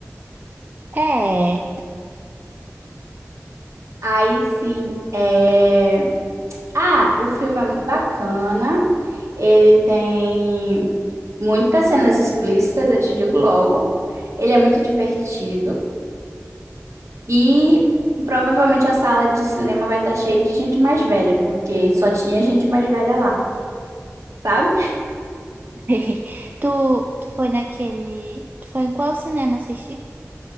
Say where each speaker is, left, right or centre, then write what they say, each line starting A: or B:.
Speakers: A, on the right (about 35°); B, on the right (about 65°).
A: É.
B: Aí sim, é... Ah, o filme é muito bacana, ele tem muitas cenas explícitas, eu te digo logo. Ele é muito divertido. E provavelmente a sala de cinema vai estar cheia de gente mais velha, porque só tinha gente mais velha lá, sabe?
A: <laughs> Tu, tu foi naquele. Tu foi em qual cinema assistir?